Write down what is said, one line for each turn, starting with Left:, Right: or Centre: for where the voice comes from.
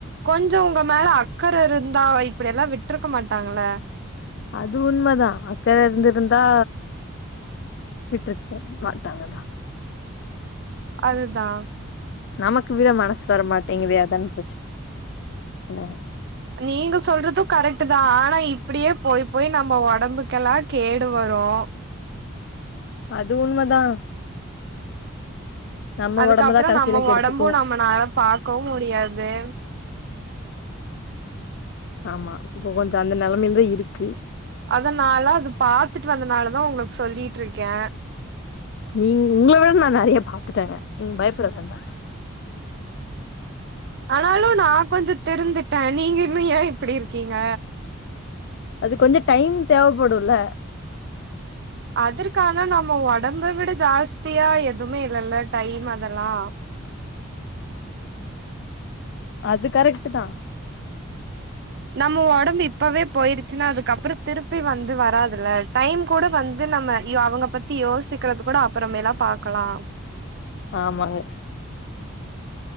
Right: கொஞ்சோ உங்க மேல அக்கற இருந்தா இப்படியெல்லா விட்டருக்க மாட்டாங்கல்ல
Left: அது உண்மதா அக்கற இருந்திருந்தா விட்டுருக்க மாட்டாங்கதா
Right: அதுதா
Left: நமக்கு விட மனசு வரமாட்டேங்குதே அதான்னே பிரச்சன
Right: நீங்க சொல்றதும் கரெக்ட் தா ஆனா இப்பிடியே போய் போய் நம்ப உடம்புக்கெல்லா கேடு வரு
Left: அது உண்மதா நம்ம
Right: அதுக்கப்புறோ
Left: ஒடம்பதா கடைசில
Right: நம்ம
Left: கெடுத்துக்குவோ
Right: ஒடம்பு நம்மனால பாக்கவு முடியாது
Left: ஆமா இப்ப கொஞ்சோ அந்த நெலமேல தா இருக்கு
Right: அதனால அது பாத்துட்டு வந்தனால தா உங்களுக்கு சொல்லிட் இருக்கே
Left: நீங் உங்கள விட நா நெறய பாத்துட்டேங்க நீங்க பயப்பட வேண்டா
Right: ஆனாலு நா கொஞ்ஜோ திரிந்திட்டே நீங்க இன்னு ஏன் இப்பிடி இருக்கீங்க
Left: அது கொஞ்ஜோ டைம் தேவப்படுல்ல
Right: அதற்கான நம்ப ஒடம்ப விட ஜாஸ்தியா எதுமே இல்லல்ல டைம் அதெல்லா
Left: அது கரெக்ட்டு தா
Right: நம்ம ஒடம்பு இப்பவே போயிருச்சுன்னா அதுக்கப்புறோ திருப்பி வந்து வராதுல டைம் கூட வந்து நம்ம யோ அவங்க பத்தி யோசிக்கிறது கூட அப்புறமேலா பாக்கலா
Left: ஆமாங்க